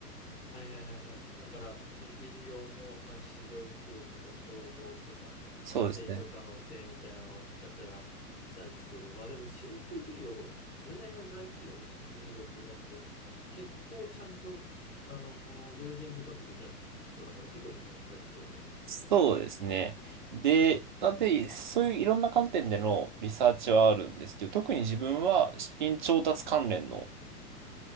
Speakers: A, on the left; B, on the right.
A: はいはいはいはい。だから、新規事業の、まあ、市場規模とか競合とか、
B: そうですね。
A: まあ、成長可能性みたいなのをひたすらリサーチする。まあでも新規事業、それなりの大企業の新規事業ってなると、結構ちゃんと、あの、用心深くリサーチしそうだから結構時間かかりそうだけど。
B: そうですね。で、なんで、そういういろんな観点でのリサーチはあるんですけど、特に自分は資金調達関連の、